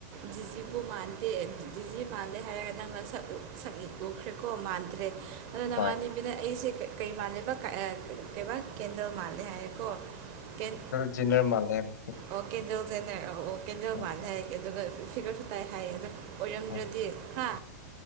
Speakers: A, on the right; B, on the left.
A: ꯗꯤꯖꯤꯕꯨ ꯃꯥꯟꯗꯦ ꯗꯤꯖꯤ ꯃꯥꯜꯂꯦ ꯍꯥꯏꯔꯒ ꯅꯪꯅ ꯁꯛꯎ ꯁꯛ ꯎꯈꯔꯦ ꯀꯣ ꯃꯥꯟꯗꯔꯦ ꯑꯗꯣ ꯅꯃꯥꯟꯅꯕꯤꯅ
B: ꯍꯣꯏ
A: ꯑꯩꯁꯦ ꯀꯩ ꯃꯥꯜꯂꯦꯕ ꯀꯥꯏ ꯑꯥ꯫ ꯑꯣ ꯀꯩꯕꯥ ꯀꯦꯟꯗ꯭ꯔꯣ ꯃꯥꯜꯂꯦ ꯍꯥꯏꯌꯦꯀꯣ ꯀꯦꯟ
B: ꯖꯤꯅꯔ ꯃꯜꯂꯦ ꯍꯥꯏꯝ
A: ꯑꯣꯀꯦꯟꯗꯧ ꯖꯦꯅꯔ ꯑꯣ ꯀꯦꯟꯗꯧ
B: ꯎꯝ
A: ꯃꯥꯟꯂꯦ ꯍꯥꯏꯌꯦ ꯑꯗꯨꯒ ꯐꯤꯒꯔꯁꯨ ꯇꯥꯏ ꯍꯥꯏꯌꯦ ꯑꯗꯣ ꯑꯣꯏꯔꯝꯗ꯭ꯔꯗꯤ
B: ꯎꯝ
A: ꯍꯥ꯫